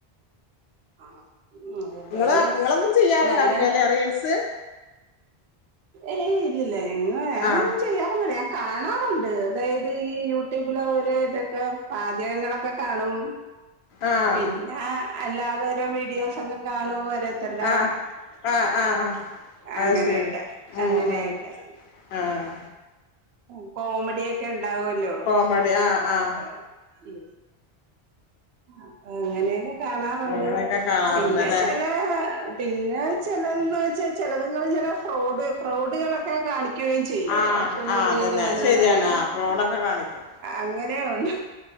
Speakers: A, on the right; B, on the left.
A: ആ എന്തായാലും
B: ഇങ്ങള് ഇങ്ങളൊന്നും ചെയ്യാറുണ്ടാവില്ലല്ലേ
A: നല്ല
B: റീൽസ്
A: ഏയ് ഇല്ലില്ല എങ്ങ ഞാനൊന്നും
B: ആഹ്
A: ചെയ്യാറൊന്നില്ല ഞാൻ കാണാറുണ്ട് അതായത് ഈ യൂട്യൂബ് ഓരോ ഇതൊക്കെ പാചകങ്ങളൊക്കെ കാണും
B: ആഹ്
A: പിന്നെ അല്ലാതെഓരോ വീഡിയോസ് അക്കെ കാണുമ ഓരോത്തരുടെ
B: ആഹ് ആഹ് ആഹ് ആഹ് അത്
A: അങ്ങനെയൊക്കെ
B: ശരി ഉം
A: അങ്ങനെയൊക്കെ
B: ഉം ആഹ്
A: ഉ കോമഡിയൊക്കെ ഉണ്ടാവല്ലോ
B: കോമഡി ആഹ് ആഹ്
A: അപ്പ ഉ അപ്പൊ അങ്ങനെയൊക്കെ കാണാറുണ്ട്
B: അങ്ങനെയൊക്കെ കാണാറുണ്ടല്ലേ
A: പിന്നെ ചെല പിന്നെ ചന്ന് വെച്ചാൽ ചിലങ്ങൾ ചില ഫ്രോ ഫ്രോഡുകളൊക്കെ കാണിക്കുകയും ചെയ്യും
B: ആഹ്
A: സോഷ്യൽ
B: ആഹ്
A: മീഡിയ
B: അതന്നെ
A: വന്നിട്ടേ
B: അത് ശരിയാണ് ആഹ് ഫ്രോഡൊക്കെ കാണിക്കും
A: അങ്ങനെയ ഉണ്ട്